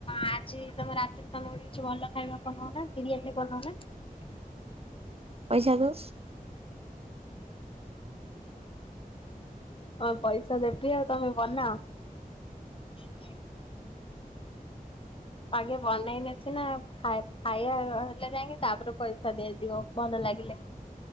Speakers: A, on the left; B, on the right.
A: ଆଜି ତମ ରାତିରେ ତମେ ଗୋଟେ କିଛି ଭଲ ଖାଇବା ବନଉନ ବିରିୟାନୀ ବନଉନ ହୁଁ <inaudible>
B: ପଇସା <unintelligible> ତ
A: ହଁ ପଇସା ଦେବି ଆଉ ତମେ ବନାଅ ଆଗେ ବନେଇ ନେସି ନା ଖାଇ ଖାଇବା ହେଲେ ଯାଇକି ତାପରେ ପଇସା ଦିଆଯିବ ଭଲ ଲା ଲାଗିଲେ